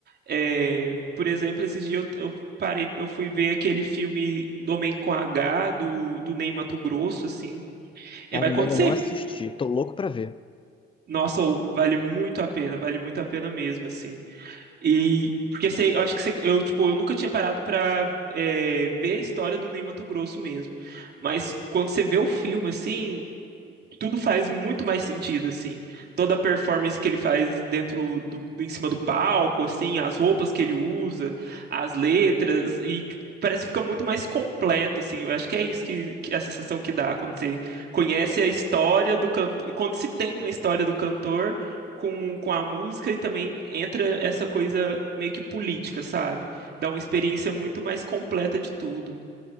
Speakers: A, on the right; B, on the left.
A: É, por exemplo, esses dias eu, eu parei, eu fui ver aquele filme do Homem com H, do, do Ney Matogrosso, assim, é,
B: Caramba,
A: vai acontecer.
B: ainda não assisti. Tô louco pra ver.
A: Nossa, ou vale muito a pena, vale muito a pena mesmo, assim. E porque sei, eu acho que você- eu tipo, eu nunca tinha parado pra é, ver a história do Ney Matogrosso mesmo. Mas quando você vê o filme, assim, tudo faz muito mais sentido, assim. Toda a performance que ele faz dentro do, em cima do palco, assim, as roupas que ele usa, as letras, e tipo, parece que fica muito mais completo, assim. Eu acho que é isso que, que é a sensação que dá quando você conhece a história do cantor, quando se tem uma história do cantor com, com a música e também entra essa coisa meio que política, sabe? Dá uma experiência muito mais completa de tudo.